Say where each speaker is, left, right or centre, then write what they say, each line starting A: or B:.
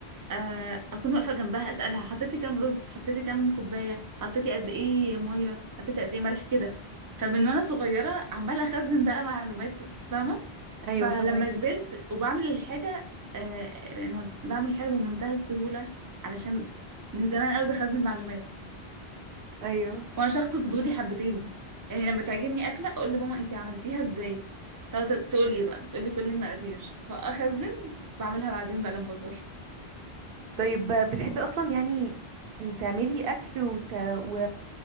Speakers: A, on the right (about 35°); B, on the right (about 65°).
A: آه، اكون واقفه جنبها اسالها حطيتي كام رز حطيتي كام كوبايه حطيتي قد ايه ميه حطيتي قد ايه ملح كده فمن وانا صغيره عماله اخزن بقى معلومات فاهمه فلما
B: ايوه فهمك
A: كبرت وبعمل الحاجه آه، انا بعمل حاجه بمنتهى السهوله علشان من زمان قوي بخزن معلومات
B: ايوه
A: وانا شخص فضولي حبتين يعني لما تعجبني اكله اقول لماما انتي عملتيها ازاي تقعد تقول لي بقى تقول لي كل المقادير فاخزن بعملها بعدين بقى لما اكبر
B: طيب بتحبي اصلا يعني تعملي اكل وت... و...